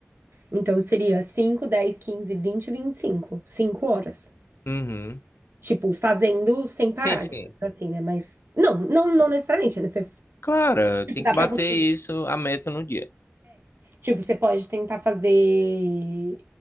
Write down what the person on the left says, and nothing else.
Uhum.
Sim, sim.
Claro, tem
que
bater
isso, a meta no dia.